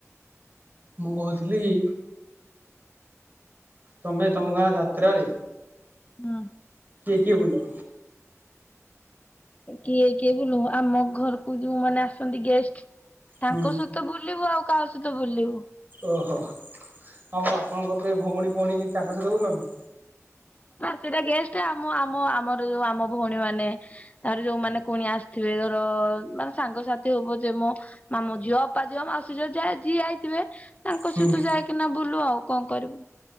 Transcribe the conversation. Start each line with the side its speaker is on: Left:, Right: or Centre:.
Right: ମୁଁ କହୁଥିଲି କି ତମେ ତମ ଗାଁ ଯାତ୍ରାରେ
Left: ହଁ।
Right: କିଏ କିଏ ବୁଲ?
Left: କିଏ କିଏ ବୁଲୁ ଆମ ଘରକୁ ଯୋଉ ମାନ ଆସନ୍ତି ଗେଷ୍ଟ। ତାଙ୍କ
Right: ହୁଁ
Left: ସହିତ ବୁଲିବୁ ଆଉ କାହା ସହିତ ବୁଲିବୁ।
Right: ଓହୋ ଆଉ ଆପଣଙ୍କର କେହି ଭଉଣୀ ଭଉଣୀ ତାଙ୍କ ସହିତ ବୁଲନି।
Left: ସେଇଟା ଗେଷ୍ଟ ଆମ ଆମ ଆମର ଯୋଉ ଆମ ଭଉଣୀ ମାନେ ଆ ଯୋଉମାନୋନ ପୁଣି ଆସିଥିବେ ର ମାନେ ସାଙ୍ଗସାଥି ହୋଉ ପଛେ ମୁଁ ମାମୁ ଝିଅ ଅପା ଝିଅ ମାଉସୀ ଝିଅ ଯା ଯିଏ ଆଇଥିବେ ତାଙ୍କ
Right: ହୁଁ
Left: ସହିତ ଯାଇକିନା ବୁଲୁ ଆଉ କଣ କରିବୁ।